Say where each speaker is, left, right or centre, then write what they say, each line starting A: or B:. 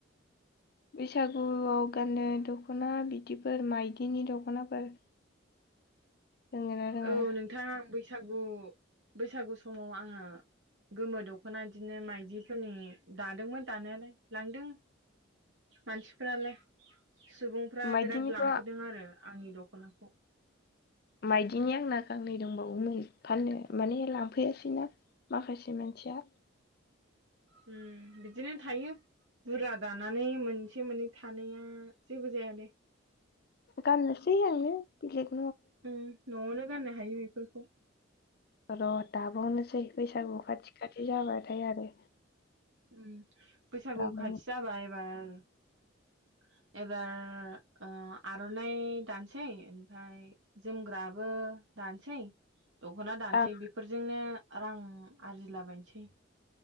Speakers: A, on the left; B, on the right.
A: बैसागुआव गाननो दख'ना बिदिफोर मायदिनि दख'नाफोर रोङोना रोङा?
B: औ नोंथां बै सागु बैसागु समाव आंङो गोमो दख'ना बिदिनो माइदिफोरनि दादोंमोन दानायालाय लांदों मानसिफोरालाय सुबुंफ्रा
A: माइदिनिखौ
B: बिराद लांफैदों आरो आंनि दख'नाखौ।
A: माइदिनि आंना गांनै दंबावोमोन फाननो माने लांफैआसैना माखा से मोनसिया।
B: अम बिदिनो थायो। बुरजा दानानै मोनसे मोननै थानाया जेबो जाया दे।
A: गाननोसै आङो बेलेग
B: उम न'आवनो गानो हायो बेफोरखौ।
A: र' दाबावनोसै बैसागु खाथि खाथि जाबाथाय आरो।
B: उम बैसागु
A: लाबावनो
B: खाथि जाबाय एबार । एबार ओ आर'नाइ दानोसै ओमफ्राय जोमग्राबो दानोसै दख'ना दानसै
A: आं
B: बेफोरजोंनो रां आरजिला बायनोसै ।